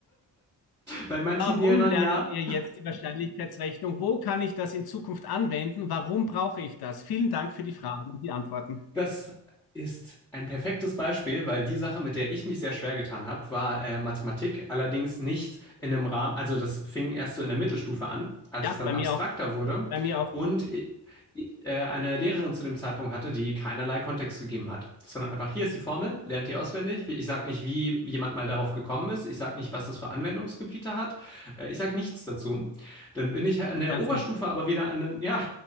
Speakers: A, in the centre; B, on the left.
A: Bei manchen
B: Warum
A: Lehrern
B: lernen
A: ja.
B: wir jetzt die Wahrscheinlichkeitsrechnung? Wo kann ich das in Zukunft anwenden? Warum brauche ich das? Vielen Dank für die Fragen und die Antworten.
A: Das ist ein perfektes Beispiel, weil die Sache, mit der ich mich sehr schwer getan habe, war äh, Mathematik. Allerdings nicht in einem Rahmen, also das fing erst so in der Mittelstufe an, als
B: Ja,
A: es dann
B: bei
A: abstrakter
B: mir auch.
A: wurde.
B: Bei mir auch.
A: Und ich, ich äh, eine Lehrerin zu dem Zeitpunkt hatte, die keinerlei Kontext gegeben hat. sondern einfach hier ist die Formel, lernt die auswendig. Ich sage nicht, wie jemand mal darauf gekommen ist. Ich sage nicht, was das für Anwendungsgebiete hat. Äh, Ich sage nichts dazu. Dann bin ich in der
B: Ernsthaft.
A: Oberstufe aber wieder an den, ja,